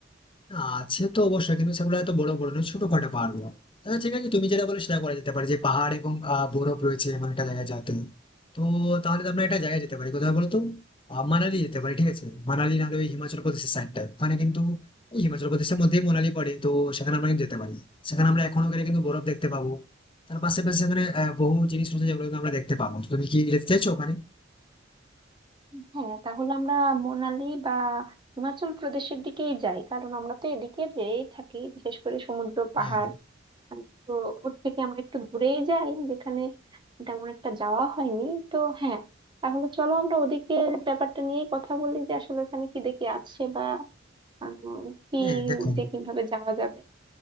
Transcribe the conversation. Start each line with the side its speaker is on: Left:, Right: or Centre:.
Left: না আছে তো অবশ্যই কিন্তু সেগুলো এত বড় বড় নয় ছোটখাটো পাহাড় গুলো তাহলে ঠিক আছে তুমি যেটা বলে সেটা করা যেতে পারে যে পাহাড় এবং আহ, বরফ রয়েছে এমন একটা জায়গায় যাতে তো তাহলে তো আমরা একটা জায়গায় যেতে পারি কোথায় বলতো আহ, মানালি যেতে পারি ঠিক আছে মানালি নাহলে ওই হিমাচল প্রদেশের সাইডটা মানে কিন্তু ওই হিমাচল প্রদেশের মধ্যেই মানালি পড়ে তো সেখানে আমরা কিন্তু যেতে পারি সেখানে আমরা এখনো গেলে কিন্তু বরফ দেখতে পাবো তার পাশাপাশি সেখানে আহ, বহু জিনিস রয়েছে যেগুলো কিন্তু আমরা দেখতে পাবো তো তুমি কি যেতে চাইছো ওখানে
Right: হ্যাঁ তাহলে আমরা মোনালি বা হিমাচল প্রদেশের দিকেই যাই কারণ আমরা তো এদিকে যেয়েই থাকি বিশেষ করে সমুদ্র পাহাড়
Left: হ্যাঁ
Right: আহ, তো ওর থেকে আমরা একটু দূরেই যাই যেখানে তেমন একটা যাওয়া হয়নি তো হ্যাঁ তাহলে চলো আমরা ওদিকে ব্যাপারটা নিয়েই কথা বলি যে আসলে ওখানে কি দেখি আছে বা আহ, কি
Left: হ্যাঁ দেখো
Right: যে কিভাবে যাওয়া যাবে